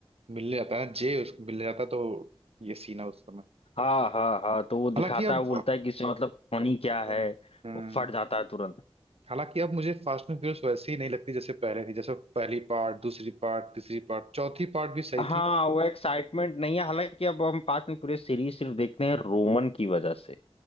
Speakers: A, on the right; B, on the left.
A: मिलने जाता है ना जे उसको मिलने जाता है तो ये सीन है उस समय
B: हाँ हाँ हाँ तो वो दिखाता
A: हालांकि अब
B: है वो बोलता है कि इसमें मतलब फनी क्या है
A: हम्म हम्म,
B: वो फट जाता है तुरंत
A: हालांकि अब मुझे फास्ट एंड फ्यूरियस वैसे ही नहीं लगती जैसे पहले थी जैसे पहली पार्ट दूसरी पार्ट तीसरी पार्ट चौथी पार्ट भी सही
B: हाँ
A: थी
B: वो एक्साइटमेंट नहीं है हालांकि अब हम फास्ट एंड पूरे सीरीज सिर्फ देखते हैं रोमन की वजह से